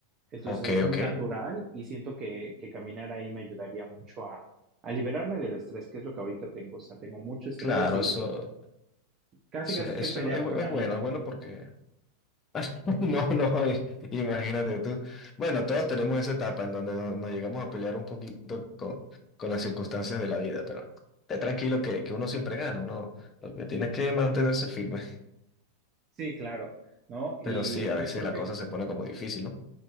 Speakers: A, on the right; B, on the left.
A: entonces
B: Ok,
A: es muy
B: ok.
A: natural y siento que, que caminar ahí me ayudaría mucho a, a liberarme del estrés, que es lo que ahorita tengo. O sea, tengo mucho estrés
B: Claro, eso,
A: Casi,
B: eso,
A: casi
B: eso
A: estoy peleado
B: es, es bu-
A: con la
B: es bueno,
A: vida.
B: es bueno porque... <laughs> No, no, i- imagínate tú. Bueno, todos tenemos esa etapa en donde no- nos, llegamos a pelear un poquito con, con las circunstancias de la vida, pero esté tranquilo que, que uno siempre gana, uno lo que tiene es que mantenerse firme.
A: Sí, claro, ¿no? Y
B: Pero sí, a
A: pues
B: veces
A: creo
B: la
A: que
B: cosa se pone como difícil, ¿no?